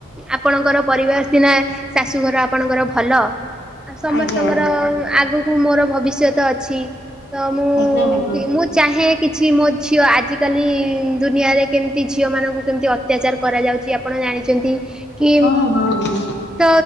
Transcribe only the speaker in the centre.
ଆପଣଙ୍କର ପରିବାର ସିନା ଶାଶୁଘର ଆପଣଙ୍କର ଭଲ ଆଉ ସମସ୍ତଙ୍କର
ଆଗ କୁ ମୋର ଭବିଷ୍ୟତ ଅଛି ତ ମୁଁ-
ମୁଁ ଚାହେଁ କିଛି ମୋ ଝିଅ ଆଜିକାଲି ଦୁନିଆରେ କେମିତି ଝିଅମାନଙ୍କୁ କେମିତି ଅତ୍ୟାଚାର କରାଯାଉଚି ଆପଣ ଜାଣିଚନ୍ତି କି
ତ